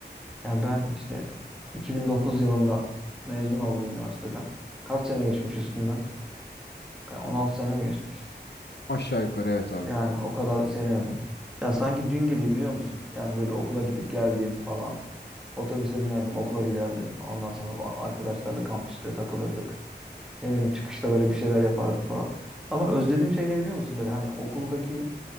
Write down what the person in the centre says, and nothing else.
Ya ben işte 2009 yılında mezun oldum üniversiteden. Kaç sene geçmiş üstünden? Ya 16 sene mi geçmiş?
Yani o kadar sene olur. Ya sanki dün gibi biliyor musun? Yani böyle okula gidip geldiğim falan. Otobüse binerdim, okula giderdim. Ondan sonra o arkadaşlarla kampüste takılırdık. Ne bileyim çıkışta böyle bir şeyler yapardık falan. Ama özlediğim şey ne biliyor musun? Böyle hani okuldaki